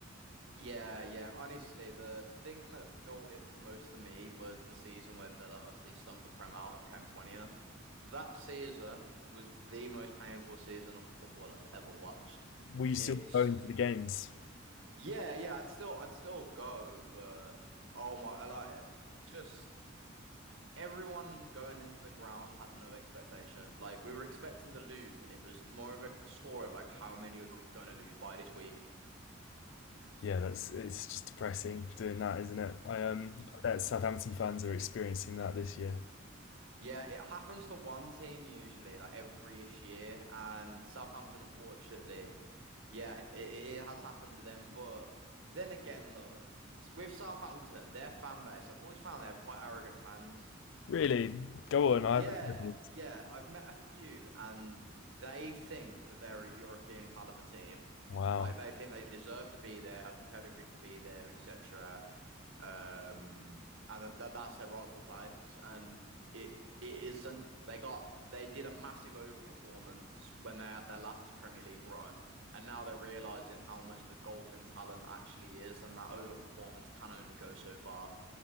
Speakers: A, on the right; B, on the left.
A: Yeah, yeah. Honestly, the the thing that built it f- most for me was the season where Villa utterly stunk the Prem out and came 20th. That season was the most painful season of football I've ever watched.
B: we still
A: It's
B: go into the games.
A: Yeah, yeah, I'd still I'd still go, but oh my, I like just everyone going into the ground had no expectation. Like we were expecting to lose, and it was more of a score of like how many are we gonna lose by this week?
B: Yeah, that's it's just depressing doing that, isn't it? I um,
A: Y-
B: I bet Southampton fans are experiencing that this year.
A: Yeah, it happens to one team usually, like every-ish year, and Southampton, unfortunately, yeah, it, it has happened to them. But then again, though, s- with Southampton, their fan base, I've always found they have quite arrogant fans.
B: Really, go on.
A: Yeah,
B: I haven't heard this.
A: yeah. I've met a few and they think that they're a European caliber team.
B: Wow,
A: Like they think they deserve to be there, have the pedigree to be there, etc. Um, and that that's their rightful place. And it it isn't. They got they did a massive overperformance when they had their last Premier League run, and now they're realizing how much the golfing talent actually is, and that overperformance can only go so far.